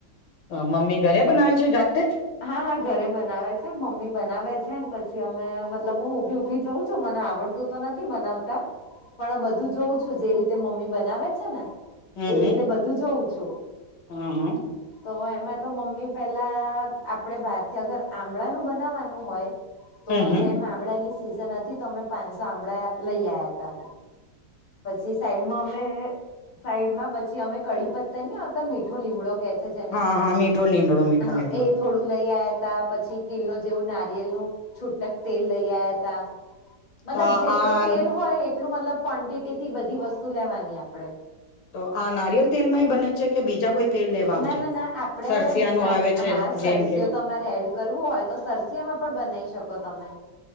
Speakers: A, on the left; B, on the left.
A: મમ્મી ઘરે બનાવે છે જાતે
B: હા હા ઘરે બનાવે છે મમ્મી બનાવે છે ને પછી અમે મતલબ હું ઉભી ઉભી જોઉં છું મને આવડ તો નથી બનાવતા પણ બધું જોઉં છું જે રીતે મમ્મી બનાવે છે ને
A: હમ
B: એ
A: હમ
B: રીતે બધું જોઉં છું
A: હમ હમ
B: તો એમાં તો મમ્મી પેલા આપડે બહારથી અગર આમળાનું બનાવાનું હોય તો
A: હમ હમ
B: જેમ આમળા ની સિઝન હતી તો અમે પાંચસો આમળા લઈ આયા હતા પછી સાઈડમાં અમે સાઈડ માં પછી અમે કડી પત્તતા ની આવતા મીઠો લીમડો છે જેને
A: હા હા મીઠો લીમડો મીઠો
B: હ
A: લીમડો
B: એ થોડું લઈ આવ્યાતા પછી કિલ્લો જેવું નારિયેલનું છૂટક તેલ લઈ આપણે મતલબ
A: તો
B: જેટલું
A: આ
B: તેલ હોય એટલું મતલબ ક્વન્ટિટી થી બધી વસ્તુ લેવાની આપડે
A: તો આ નારિયલ તેલમાંય બને છે કે બીજા કોઈ તેલ લેવા આવશે
B: ના ના ના આપડે
A: સરસિયાનું
B: ના
A: આવે છે
B: હા સરસીઓ
A: જેમ કે
B: તમારે એડ કરવું હોય તો સરસિયા માં પણ બનાવી શકો તમે